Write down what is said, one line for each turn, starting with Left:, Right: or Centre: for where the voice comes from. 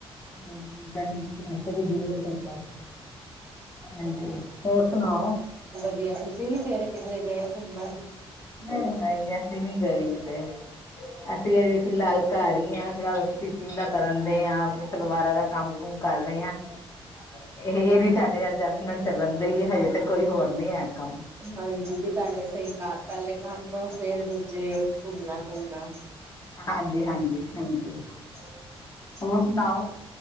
Left: ਹੂੰ, ਗਰਮੀ ਚ ਵੈਸੇ ਵੀ ਦਿਲ ਨੀ ਕਰਦਾ। ਹਾਂਜੀ, ਹੋਰ ਸੁਣਾਓ?
Right: ਵਦੀਆ, ਤੁਸੀਂ ਨੀ ਫੇਰ ਕਿੱਦਰੇ ਗਏ ਘੁੰਮਣ?
Left: ਨਈ, ਨਈ ਅਸੀਂ ਨੀ ਗਏ ਕਿਤੇ। ਅਸੀਂ ਏਓ ਈ ਫੀਲਾਲ ਘਾਰ ਈ ਆਂ, ਥੋੜਾ ਸਿਟਿਚਿੰਗ ਦਾ ਕਰਨ ਦੇ ਆਂ ਆਪੇ। ਸਲਵਾਰਾਂ ਦਾ ਕੰਮ, ਕੁਮ ਕਰ ਰਏ ਆਂ, ਏਹ ਏਵੀ ਸਾਡੇ ਵ ਮੈਂ ਚੱਲਨ ਦੀ ਏ, ਹਜੇ ਤੇ ਕੋਈ ਹੋਰ ਨੀ ਹੈ ਕੰਮ।
Right: ਹਾਂਜੀ, <unintelligible> ਫੇਰ ਦੂਜੇ ਘੁੰਮਨਾ, ਘੁੰਮਨਾ।
Left: ਹਾਂਜੀ, ਹਾਂਜੀ, ਹਾਂਜੀ।
Right: <unintelligible>
Left: ਹੋਰ ਸੁਣਾਓ?